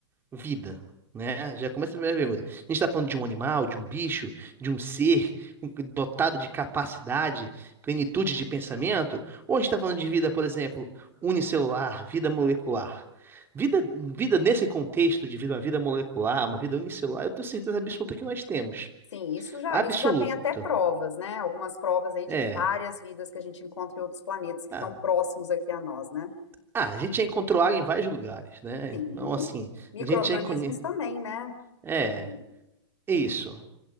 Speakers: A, on the right; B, on the left.
A: vida? Né? Já começa a primeira pergunta. A gente está falando de um animal, de um bicho, de um ser com- dotado de capacidade, plenitude de pensamento? Ou a gente está falando de vida, por exemplo, unicelular, vida molecular? Vida, vida nesse contexto de vida, uma vida molecular, uma vida unicelular, eu tenho certeza absoluta que nós temos.
B: Sim, isso já,
A: Absoluta.
B: isso já tem até provas, né? Algumas provas aí de
A: É.
B: várias vidas que a gente encontra em outros planetas que
A: Ah,
B: estão próximos aqui a nós, né?
A: Ah, a gente já encontrou água em vários lugares, né? Então,
B: Sim,
A: assim,
B: micro-organismos
A: a gente já conhece.
B: também, né,
A: É,
B: Rodrigo?
A: é isso.